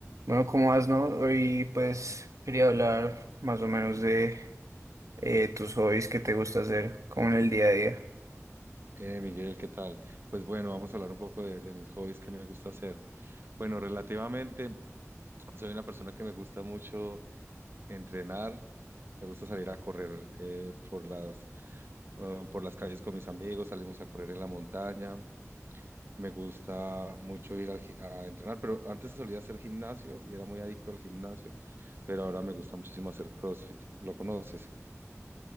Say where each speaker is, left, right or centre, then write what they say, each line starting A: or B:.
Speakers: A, on the right; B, on the right.
A: Bueno, ¿cómo vas, no? Hoy pues quería hablar más o menos de eh, tus hobbies que te gusta hacer como en el día a día.
B: Eh, Miguel, ¿qué tal? Pues bueno, vamos a hablar un poco de, de mis hobbies que me gusta hacer. Bueno, relativamente, soy una persona que me gusta mucho entrenar, me gusta salir a correr eh, por las, eh, por las calles con mis amigos, salimos a correr en la montaña, me gusta mucho ir al gi- a entrenar, pero antes solía hacer gimnasio y era muy adicto al gimnasio, pero ahora me gusta muchísimo hacer CrossFit. ¿Lo conoces?